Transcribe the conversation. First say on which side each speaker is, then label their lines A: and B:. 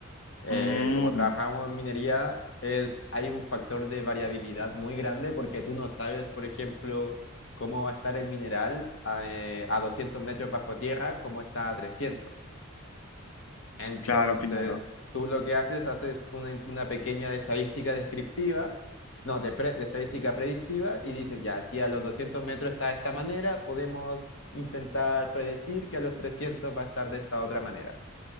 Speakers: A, on the left; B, on the left.
A: Eh,
B: Mm,
A: como trabajamos en minería, es, hay un factor de variabilidad muy grande porque tú no sabes, por ejemplo, cómo va a estar el mineral a, eh, a 200 metros bajo tierra, cómo está a 300. Entonces,
B: claro, claro.
A: tú lo que haces, haces una, in- una pequeña estadística descriptiva, no, de, pre- de estadística predictiva, y dices, ya, si a los 200 metros está de esta manera, podemos intentar predecir que a los 300 va a estar de esta otra manera.